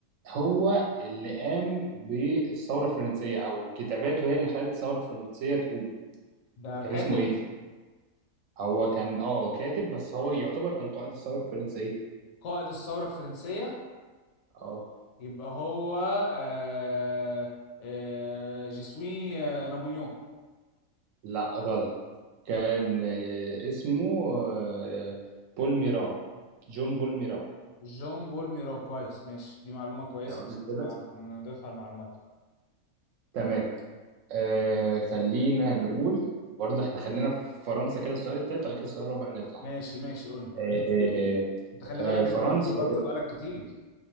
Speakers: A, on the right; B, on the left.
A: هو اللي قام بالثورة الفرنسية او كتاباته هي اللي خلت الثورة الفرنسية تقوم
B: ده
A: كان
B: كاتب
A: اسمه ايه هو كان اه كاتب بس هو يعتبر كان قائد الثورة الفرنسية
B: قائد الثورة الفرنسية
A: اه
B: يبقى هو آه آه جيسوي آه نابليون
A: لا غلط كان آه، اسمه آه، بول ميران جون بول ميران
B: جون بول ميرا كويس ماشي دي معلومة كويسة
A: تمام كده
B: بقى هنضيفها المعلومات
A: تمام آه خلينا نقول برضه احنا خلينا في فرنسا كده السؤال التالت وبعد كده السؤال الرابع نطلع
B: ماشي ماشي قول لي
A: آه آه
B: انت خلي
A: آه
B: بالك
A: فرنسا
B: انت في فرنسا بقالك كتير